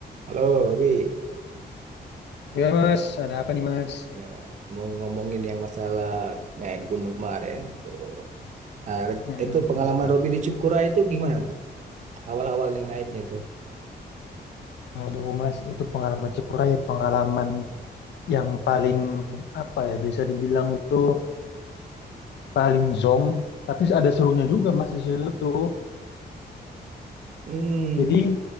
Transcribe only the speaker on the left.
Ya mas, ada apa nih mas?
Mm-mm,
gitu. dong.
Aduh mas, itu pengalaman Cipura ya pengalaman yang paling apa ya bisa dibilang itu paling zong, tapi ada serunya juga mas di situ tuh.
Jadi